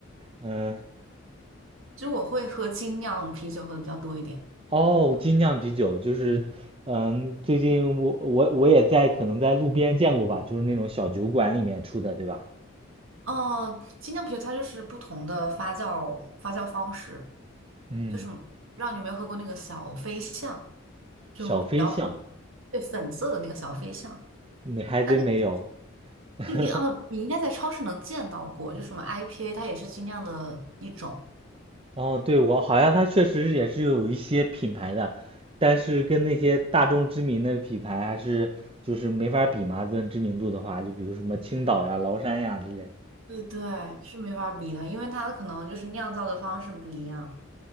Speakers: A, on the right; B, on the right.
A: 嗯，
B: 就我会喝精酿啤酒喝的比较多一点。
A: 哦，精酿啤酒就是，嗯，最近我我我也在可能在路边见过吧，就是那种小酒馆里面出的，对吧？
B: 哦，精酿啤酒它就是不同的发酵发酵方式，
A: 嗯，
B: 就是让你有没有喝过那个小飞象，就比较火，
A: 小飞象，
B: 对，粉色的那个小飞象，
A: 你还真没有。
B: 它那个
A: <laughs>
B: 就你哦，你应该在超市能见到过，就什么 IPA，它也是精酿的一种。
A: 哦，对，我好像它确实也是有一些品牌的，但是跟那些大众知名的品牌还是就是没法比嘛，论知名度的话，就比如什么青岛呀、崂山呀之类的。
B: 对对，是没法比的，因为它可能就是酿造的方式不一样。